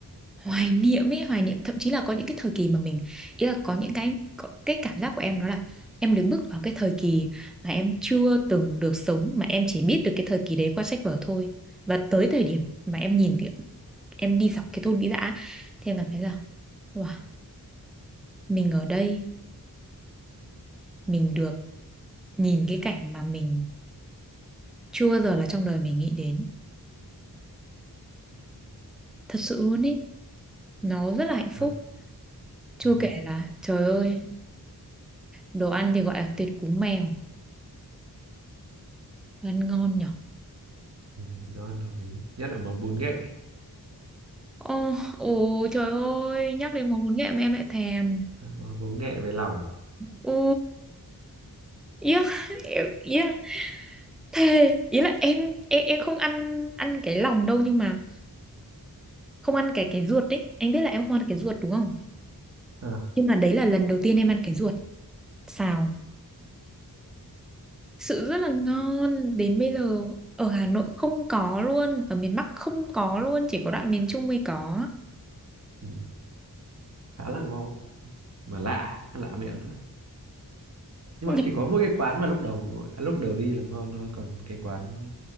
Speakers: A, in the centre; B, on the right.
A: hoài niệm ấy hoài niệm thậm chí là có những cái thời kỳ mà mình ý là có những cái có, cái cảm giác của em đó là em đứng bước vào cái thời kỳ mà em chưa từng được sống mà em chỉ biết được cái thời kỳ đấy qua sách vở thôi và tới thời điểm mà em nhìn thì em đi dọc cái thôn Vĩ Dạ thì em cảm thấy là wow, mình ở đây mình được nhìn cái cảnh mà mình chưa bao giờ là trong đời mình nghĩ đến thật sự luôn ấy nó rất là hạnh phúc
B: đó,
A: chưa
B: đúng.
A: kể là trời ơi đồ ăn thì gọi là tuyệt cú mèo ăn ngon nhỉ
B: Ừ, nó ăn hợp lý nhất là món bún nghệ
A: Ồ, ồ trời ơi, nhắc đến món bún nghệ mà em lại thèm.
B: món bún nghệ về lòng
A: Ồ, yeah, yeah, thề, ý là em em em không ăn ăn cái lòng đâu nhưng mà không ăn cái cái ruột đấy. Anh biết là em không ăn cái ruột đúng không?
B: à.
A: Nhưng mà đấy là lần đầu tiên em ăn cái ruột. Xào, sự rất là ngon. Đến bây giờ ở Hà Nội không có luôn, ở miền Bắc không có luôn, chỉ có đoạn miền Trung mới có.
B: ừ. khá là ngon mà lạ ăn lạ miệng nữa nhưng
A: Nhưng
B: mà chỉ có mỗi cái quán mà lúc đầu à, lúc đầu đi là ngon thôi còn cái quán